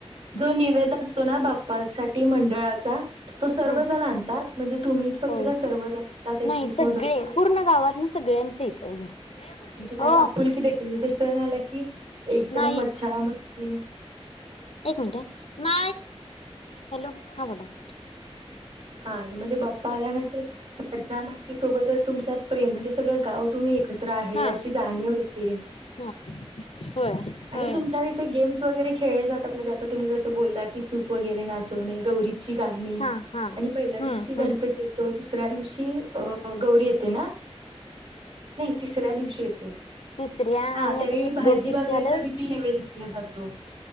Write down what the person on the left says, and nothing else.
हम्म
होय.
नाही सगळे
पूर्ण गावात ना सगळ्यांचे येत्यात घरचे
हो
नाही
मिन मा हॅलो हा बोलाकी.
हा
हा होय
होय
हा हा हम्म
हम्म
तिसऱ्या
आणि
आता हे
दोन वर्ष
झालं